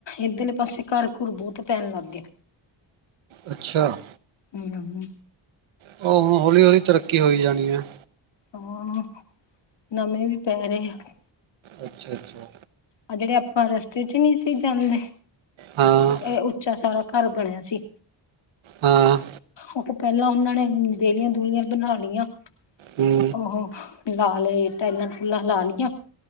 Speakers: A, on the left; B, on the right.
A: ਇੱਧਰਲੇ ਪਾਸੇ ਘਰ-ਘੁਰ ਬਹੁਤ ਪੈਣ ਲੱਗ ਗਏ।
B: ਅੱਛਾ
A: ਹਮ
B: ਉਹ ਹੁਣ ਹੌਲੀ-ਹੌਲੀ ਤਰੱਕੀ ਹੋ ਜਾਣੀ ਹੈ।
A: ਹਾਂ ਨਵੇਂ ਵੀ ਪੈ ਰਹੇ ਆ।
B: ਅੱਛਾ-ਅੱਛਾ,
A: ਆ ਜਿਹੜੇ ਆਪਾਂ ਰਸਤੇ 'ਚ ਨਹੀਂ ਸੀ, ਜਾਂਦੇ
B: ਹਾਂ
A: ਇਹ ਉੱਚਾ ਸਾਰਾ ਘਰ ਬਣਿਆ ਸੀ।
B: ਹਾਂ,
A: ਉਹ ਤੇ ਪਹਿਲਾਂ ਉਹਨਾਂ ਨੇ ਦੇਲੀਆਂ ਦੁਲੀਆਂ ਬਣਾ ਲਈਆਂ।
B: ਹੂੰ
A: ਉਹੋ ਲਾ ਲਏ ਟਾਇਲਾਂ ਟੂਲਾਂ ਲਾ ਲਈਆਂ